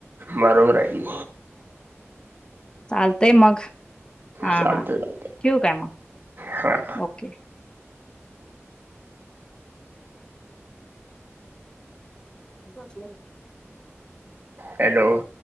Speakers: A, on the right; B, on the left.
A: बरोबर की.
B: चालतंय मग हा,
A: चालतंय
B: हा. ठेवू.
A: चालतंय
B: ठेवू काय मग.
A: हां
B: ओके. <unintelligible>
A: हॅलो